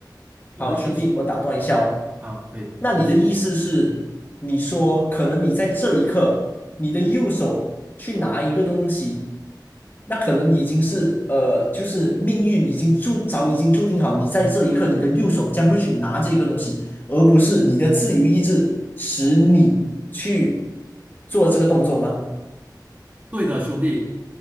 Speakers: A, on the right (about 20°); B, on the left (about 25°).
A: 我的意识
B: 好兄弟，我打断一下哦，
A: 好，可以，
B: 那你的意思是，
A: 你是
B: 你说可能你在这一刻，你的右手去拿一个东西，那可能已经是呃，就是命运已经注早已经注定好，你在这一刻，你的右手将会去拿这个东西，而不是你的自由意志使你去做这个动作吗？
A: 对的，兄弟。